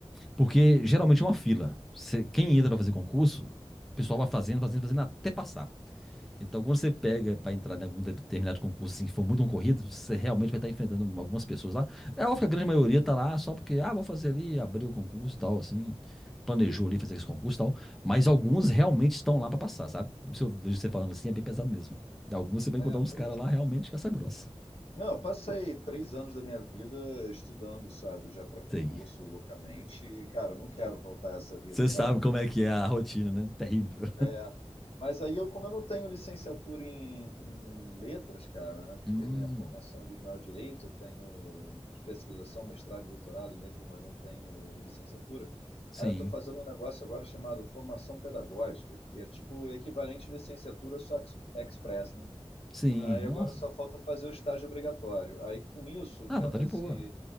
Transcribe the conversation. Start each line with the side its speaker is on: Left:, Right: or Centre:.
Centre: porque geralmente é uma fila. Você- quem entra para fazer concurso, o pessoal vai fazendo, fazendo, fazendo até passar. Então, quando você pega para entrar em algum determinado concurso, assim, que for muito concorrido, você realmente vai estar enfrentando algumas pessoas lá. É óbvio que a grande maioria está lá só porque, ah, vou fazer ali, abrir o concurso e tal, assim, planejou ali fazer esse concurso e tal. Mas alguns realmente estão lá para passar, sabe? Se eu vejo você falando assim, é bem pesado mesmo. Alguns você vai
Left: É.
Centre: encontrar uns caras lá realmente caça grossa.
Left: Não, eu passei três anos da minha vida estudando, sabe, já para concurso
Centre: Sim.
Left: loucamente. E, cara, eu não quero voltar a essa vida,
Centre: Você
Left: sabe?
Centre: sabe como é que é a rotina, né? Terrível.
Left: É, mas aí eu, como eu não tenho licenciatura em, em letras, cara, né?
Centre: Hum,
Left: Porque minha formação original é direito, eu tenho especialização, mestrado e doutorado em letras, mas não tenho licenciatura.
Centre: sim.
Left: Aí eu estou fazendo um negócio agora chamado formação pedagógica, que é tipo o equivalente à licenciatura só ex- express, né?
Centre: Sim.
Left: Aí
Centre: Nossa.
Left: agora só falta fazer o estágio obrigatório. Aí com isso,
Centre: Ah,
Left: tendo
Centre: tá, tá de
Left: esse,
Centre: boa.